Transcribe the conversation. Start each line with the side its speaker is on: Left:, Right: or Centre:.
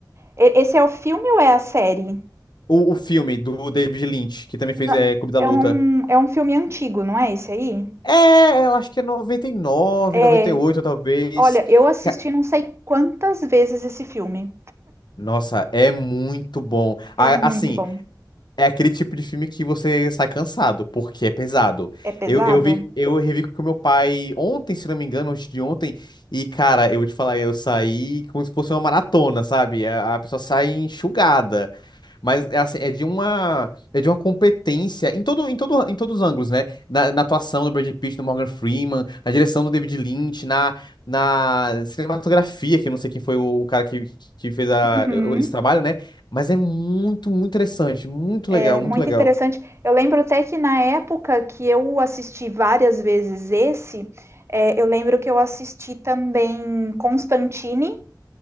Right: E- Esse é o filme ou é a série?
Left: O, o filme do David Lynch, que também fez
Right: Na
Left: é, Clube da
Right: é
Left: Luta.
Right: um é um filme antigo, não é esse aí?
Left: É, eu acho que é noventa noventa e nove
Right: É,
Left: noventa e oito talvez.
Right: olha, eu assisti
Left: Ca-
Right: não sei quantas vezes esse filme.
Left: Nossa, é muito bom.
Right: É
Left: A-
Right: muito
Left: Assim,
Right: bom.
Left: é aquele tipo de filme que você sai cansado, porque é pesado.
Right: É pesado?
Left: Eu, eu vi, eu revi com meu pai ontem, se não me engano, antes de ontem, e, cara, eu vou te falar, eu saí como se fosse uma maratona, sabe? A, a pessoa sai enxugada. Mas é, assim, é de uma é de uma competência em todo em todo em todos os ângulos, né? Na, na atuação do Brad Pitt, do Morgan Freeman, na direção do David Lynch, na na cinematografia, que eu não sei quem foi o, o cara que, que fez a,
Right: Uhum.
Left: esse trabalho, né? Mas é muito, muito interessante, muito
Right: É
Left: legal, muito
Right: muito
Left: legal.
Right: interessante. Eu lembro até que na época que eu assisti várias vezes esse, eh, eu lembro que eu assisti também Constantine,